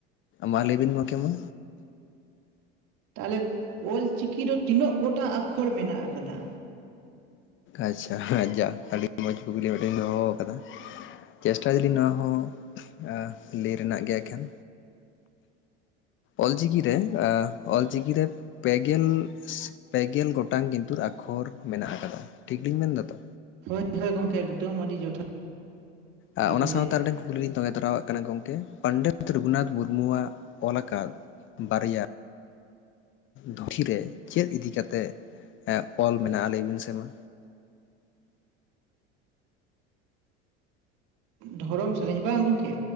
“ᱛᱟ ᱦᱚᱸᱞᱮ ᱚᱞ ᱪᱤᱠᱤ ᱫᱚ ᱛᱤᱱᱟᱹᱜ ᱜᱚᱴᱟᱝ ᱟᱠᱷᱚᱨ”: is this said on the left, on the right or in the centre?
Right